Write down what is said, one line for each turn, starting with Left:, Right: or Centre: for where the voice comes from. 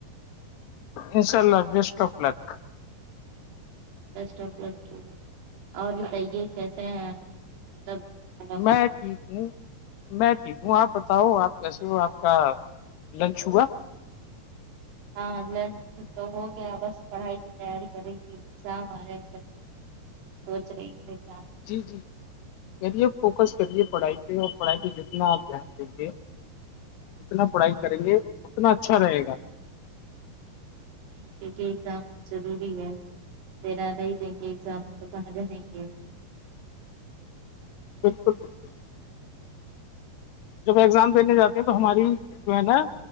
Left: انشاءاللہ best of luck
Right: best of luck اور بتائیے کیسے ہیں مطلب آ،
Left: میں ٹھیک ہوں میں ٹھیک ہوں آپ بتاؤ آپ کیسے ہو آپ کا لنچ ہوا
Right: ہاں لنچ تو ہو گیا بس پڑھائی کی تیاری کر رہی تھی ایگزام آ رہے سوچ رہی ہے جان
Left: جی جی کریے فوکس کریے پڑھائی پہ اور پڑھائی پہ جتنا آپ دھیان دیں گے جتنا پڑھائی کریں گے اتنا اچھا رہے گا
Right: کیونکہ اگزام ضروری ہے دینا نہیں دیں گے ایگزامس تو کہاں جائیں گے
Left: بالکل بالکل جب ایگزام دینے جاتے ہیں تو ہماری جو ہے نا